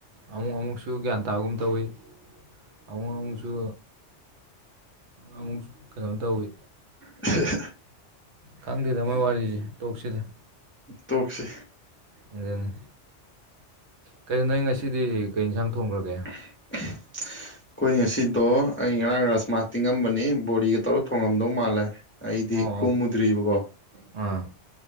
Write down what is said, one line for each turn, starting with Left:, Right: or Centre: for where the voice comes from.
Right: ꯑꯃꯨꯛ ꯑꯃꯨꯛꯁꯨ ꯒ꯭ꯌꯥꯟ ꯇꯥꯒꯨꯝ ꯇꯧꯋꯤ ꯑꯃꯨꯛ ꯑꯃꯨꯛꯁꯨ ꯑꯃꯨꯛꯁꯨ ꯀꯩꯅꯣ ꯇꯧꯋꯤ
Left: ꯁ <unintelligible>
Right: ꯈꯪꯗꯦꯗ ꯃꯣꯏ ꯋꯥꯔꯤꯁꯦ ꯇꯣꯛꯁꯤꯗ
Left: ꯇꯣꯛꯁꯤ
Right: ꯑꯗꯨꯅꯤ ꯀꯩꯅꯣ ꯅꯪ ꯉꯁꯤꯗꯤ ꯀꯩ ꯏꯟꯁꯥꯡ ꯊꯣꯡꯈ꯭ꯔꯒꯦ
Left: <unintelligible> ꯑꯩꯈꯣꯏ ꯉꯁꯤꯗꯣ ꯑꯩ ꯉꯔꯥꯡ ꯔꯖꯃꯥ ꯇꯤꯡꯉꯝꯕꯅꯤ ꯕꯣꯔꯤꯒ ꯇꯧꯔ ꯊꯣꯡꯉꯝꯗꯧ ꯃꯥꯜꯂꯦ ꯑꯩꯗꯤ
Right: ꯑꯣ
Left: ꯀꯨꯝꯃꯨꯗ꯭ꯔꯤꯕꯀꯣ
Right: ꯑꯥ